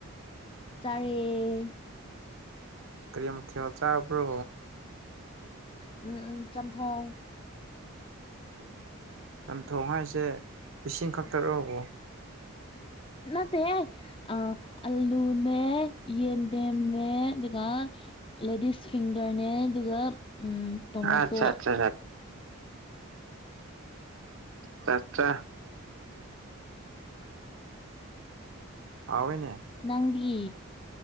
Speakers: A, on the left; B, on the right.
A: ꯆꯔꯦ
B: ꯀꯔꯤ ꯃꯊꯦꯜ ꯆꯥꯕ꯭ꯔꯣ
A: ꯎꯝ ꯎꯝ ꯆꯝꯊ‌ꯣꯡ
B: ꯆꯝꯊꯣꯡ ꯍꯥꯏꯁꯦ ꯏꯁꯤꯡ ꯈꯛꯇꯔꯣꯕꯣ
A: ꯅꯠꯇꯦ ꯑ ꯑꯜꯂꯨꯅꯦ ꯌꯦꯟꯗꯦꯝꯝꯅ ꯑꯗꯨꯒꯀ ꯂꯦꯗꯤꯁ ꯐꯤꯡꯒꯔꯅꯦ ꯑꯗꯨꯒ ꯇꯣꯃꯦꯇꯣ
B: ꯑꯆꯥ ꯑꯠꯆꯥ ꯆꯥꯆꯥ ꯍꯥꯎꯣꯏꯅꯦ
A: ꯅꯪꯗꯤ